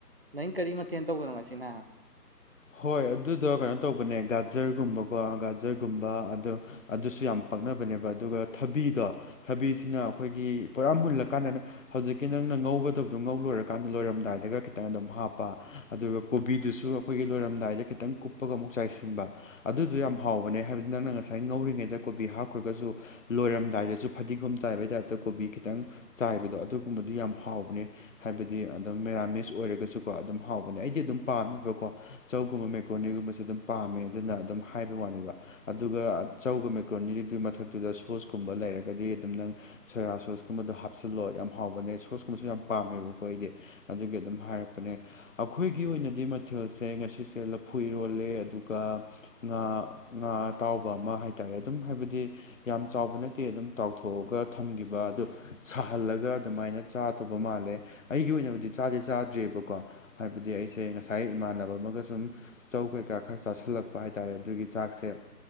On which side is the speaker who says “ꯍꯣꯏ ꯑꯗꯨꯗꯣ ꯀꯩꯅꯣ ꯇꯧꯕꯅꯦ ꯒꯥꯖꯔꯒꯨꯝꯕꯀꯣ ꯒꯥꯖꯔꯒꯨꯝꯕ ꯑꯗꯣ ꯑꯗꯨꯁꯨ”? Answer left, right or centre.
Left